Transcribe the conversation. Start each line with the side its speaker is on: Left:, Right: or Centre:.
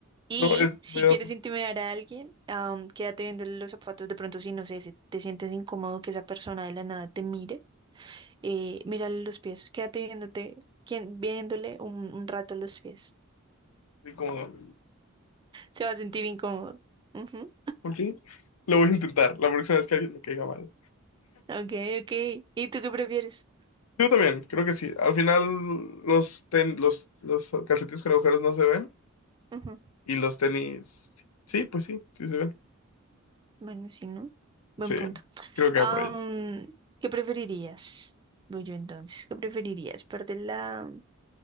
Right: Y
Left: No, es
Right: si
Left: medio
Right: quieres intimidar a alguien, am, quédate viéndole los zapatos, de pronto si no sé, si te sientes incómodo que esa persona de la nada te mire. eh, mírale los pies, quédate viéndote, quien- viéndole un, un rato los pies.
Left: incómodo.
Right: Se va a sentir incómodo. Ujú,
Left: Ok, lo voy a intentar la próxima vez que alguien me caiga mal.
Right: Ok, ok. ¿Y tú qué prefieres?
Left: Yo también, creo que sí. Al final los, ten- los, los calcetines con agujeros no se ven
Right: Ujú,
Left: y los tenis, sí, pues sí, sí se ven.
Right: Bueno, sí, ¿no? Buen
Left: Sí,
Right: punto.
Left: creo que
Right: Am,
Left: va por ahí.
Right: ¿qué preferirías? Voy yo entonces. ¿Qué preferirías? ¿Perder la,